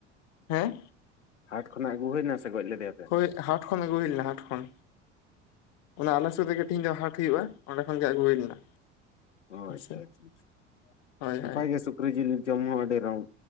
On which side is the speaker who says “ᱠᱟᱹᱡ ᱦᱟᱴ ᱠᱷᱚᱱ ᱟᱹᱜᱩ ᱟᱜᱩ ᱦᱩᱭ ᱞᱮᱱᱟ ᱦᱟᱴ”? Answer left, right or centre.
Left